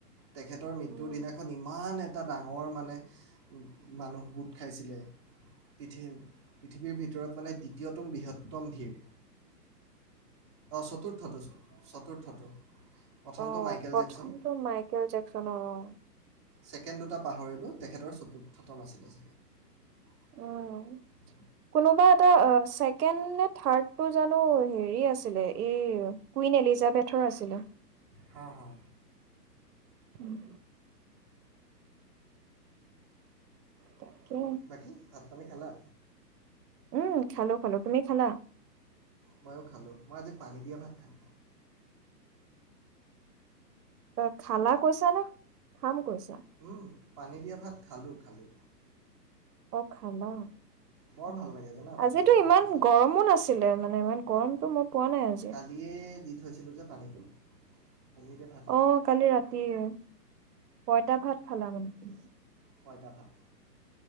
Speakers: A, on the right; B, on the right.
A: তেখেতৰ মৃত্যুৰ
B: উম,
A: দিনাখন ইমান এটা এটা ডাঙৰ মানে মানুহ গোট খাইছিলে। পৃথিৱ পৃথিৱীৰ ভিতৰত মানে দ্বিতীয়তম বৃহত্তম ভিৰ। অঁ চতুৰ্থটো চতুৰ্থটো। প্ৰথমটো
B: অঁ'
A: মাইকেল
B: প্ৰথমটো
A: জেকচন
B: মাইকেল জেকচনৰ অঁ'।
A: ছেকেণ্ড দুটা পাহৰিলোঁ তেখেতৰ চতুৰ্থতম আছিলে। <unintelligible>
B: উম। কোনোবা এটা অ ছেকেণ্ড নে থাৰ্ডটো জানো হেৰি আছিলে। এই- কুইন এলিজাবেথৰ আছিলে।
A: হাঁ হাঁ।
B: উম' তাকে।
A: বাকী, ভাত পানী খালা?
B: উম' খালো খালো, তুমি খালা?
A: ময়ো খালোঁ, মই আজি পানী দিয়া ভাত খাম।
B: অ' খালা কৈছা নে খাম কৈছা?
A: উম, পানী দিয়া ভাত খালোঁ খালোঁ।
B: অ' খালা।
A: বৰ
B: অঁ'
A: ভাল লাগে জানা পানী
B: আজিতো
A: দিয়া ভাতকেইটা
B: ইমান গৰমো নাছিলে মানে ইমান গৰমটো মই পোৱা নাই আজি।
A: তিয়ে দি থৈছিলোঁ যে পানীটো। আজি এতিয়া ভাত-
B: অ' কালি ৰাতিৰে, পয়টা ভাত খালা মানে।
A: পইটা ভাত।